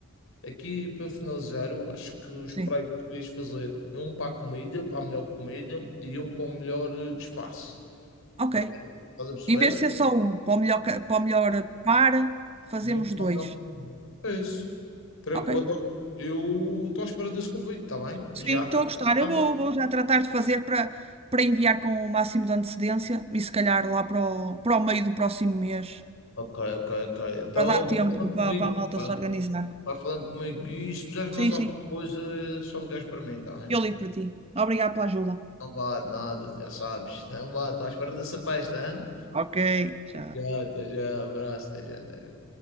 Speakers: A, on the left; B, on the right.
A: Aqui para finalizar, eu acho que os
B: Sim.
A: prémios devias fazer um para a comida, para a melhor comida, e um para o melhor eh, disfarce.
B: Ok.
A: Para quem estás a perceber?
B: Em vez de ser só um, para o melhor, ca- para o melhor par, fazemos
A: E eu como
B: dois.
A: não. É isso. Tranquilo.
B: Ok.
A: Eu estou à espera desse convite, está bem?
B: Sim,
A: Já.
B: estou
A: Tá
B: a gostar. Eu vou,
A: bom.
B: vou já tratar de fazer para, para enviar com o máximo de antecedência e se calhar lá para o, para o meio do próximo mês,
A: Ok, ok, ok. Então,
B: para dar tempo
A: vai falando comigo.
B: para, para a malta
A: Vai
B: se organizar.
A: vai falando comigo. E se precisares de
B: Sim,
A: mais alguma
B: sim.
A: coisa, é só ligares para mim, está bem?
B: Eu ligo para ti. Obrigada pela ajuda.
A: Não vá de nada, já sabes. Então vá, estou à espera dessa festa, hein?
B: Ok, tchau.
A: Já, até já. Abraço, até já, até já.